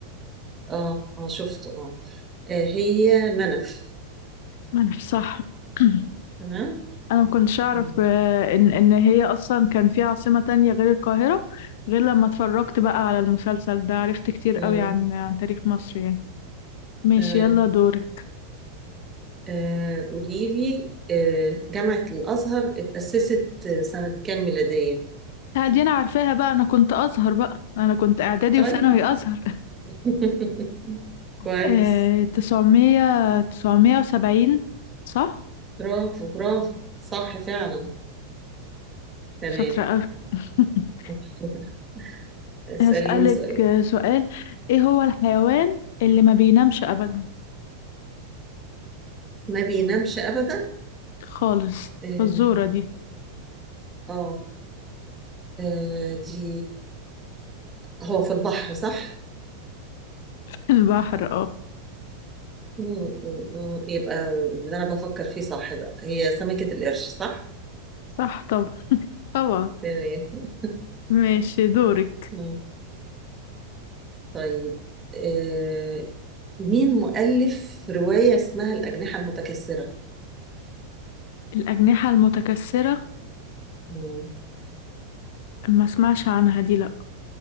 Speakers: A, on the right; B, on the left.
A: اه اه شفته اه آه، هي منف
B: ما انا صح <clears throat>
A: تمام
B: انا ما كنتش اعرف
A: مم.
B: آه، ان ان هي اصلا كان في عاصمة تانية غير القاهرة غير لما اتفرجت بقى على المسلسل ده عرفت كتير
A: مم.
B: قوي عن عن تاريخ مصر يعني ماشي
A: تمام
B: يلا دورك
A: آه قولي لي آه جامعة الأزهر اتأسست سنة كام ميلادية
B: آه، دي انا عارفاها بقى انا كنت ازهر بقى انا كنت اعدادي
A: طيب
B: وثانوي ازهر
A: <laughs>
B: <laughs>
A: كويس
B: آه، تسعمية تسعمية وسبعين صح
A: برافو برافو صح فعلا تمام
B: شاطرة قوي <laughs>
A: <laughs> اسأليني
B: هسألك
A: سؤال
B: آه، سؤال ايه هو الحيوان اللي ما بينامش ابدا
A: ما بينامش أبدا
B: خالص
A: آم،
B: فالزورة دي
A: اه آه، دي هو في البحر صح
B: <laughs> البحر اه
A: م- م- م. يبقى اللي أنا بفكر فيه صح بقى هي سمكة القرش صح
B: صح طبعا طبعا
A: تمام
B: ماشي دورك
A: م. طيب آه، مين مؤلف رواية اسمها الأجنحة المتكسرة
B: الأجنحة المتكسرة
A: م.
B: ما اسمعش عنها دي لا